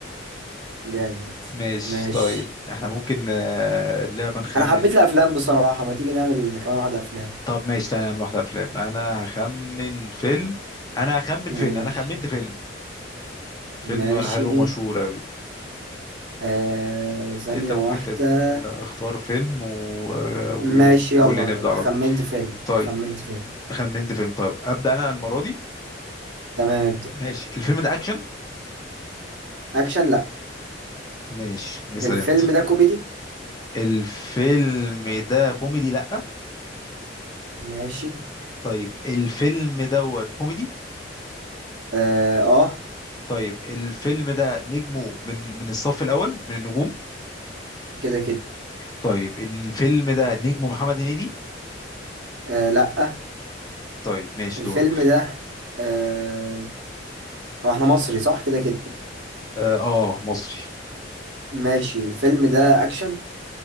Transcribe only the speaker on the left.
ماشي
طيب احنا ممكن آه، اللعبة نخمن
ف-
طب ماشي تعالى نعمل واحدة أفلام أنا هخمن فيلم أنا هخمن
فيلم أنا خمنت فيلم فيلم
حلو ومشهور أوي
أنت ممكن
تبدأ لا، اختار فيلم و... و-
وقول
لي نبدأ على
طول
طيب
خمنت فيلم طيب أبدأ أنا المرة دي
ماشي الفيلم ده أكشن
ماشي يسأل
أنت
الفيلم ده كوميدي لأ
طيب الفيلم دوت كوميدي
طيب الفيلم ده نجمه من من الصف الأول من النجوم
طيب الفيلم ده نجمه محمد هنيدي
طيب ماشي
دورك
اه آه، مصري